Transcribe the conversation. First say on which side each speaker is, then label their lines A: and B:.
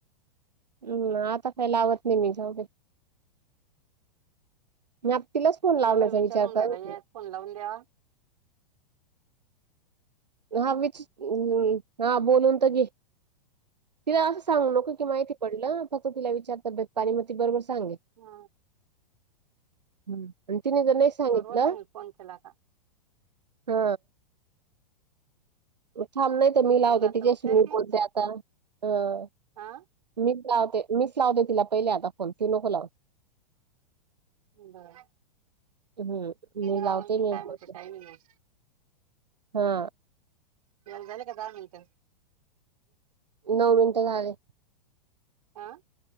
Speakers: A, on the right; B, on the right.
A: हम्म आता काही लावत नाही मी जाऊतेे मी तिलाच फोन लावण्याचा
B: माझा
A: विचार
B: होऊन राहिला
A: कर
B: या फोन लावून द्या
A: हा विच् हा बोलून तर घे तिला असं सांगू नको कि माहिती पडलं फक्त तिला विचारत तब्येत पानीमती बरोबर सांगे
B: हा
A: हम् तिने तर नाही सांगितलं
B: बरोबर सांगेल फोन केला का
A: हा थांब नाही तर मी
B: उचलला
A: लावते तिच्या
B: तर उचलेल
A: शी मी
B: ती
A: बोलते आता ह
B: हा
A: मीच लावते मीच लावते तिला पहिले आता फोन तू नको लावत
B: बर
A: हम्म मी
B: लावनची
A: लावते मी
B: का <unintelligible>
A: बोलते
B: मच काही नाही
A: हा
B: झाले का दहा मिनिट
A: नऊ मिनटं झाले
B: आं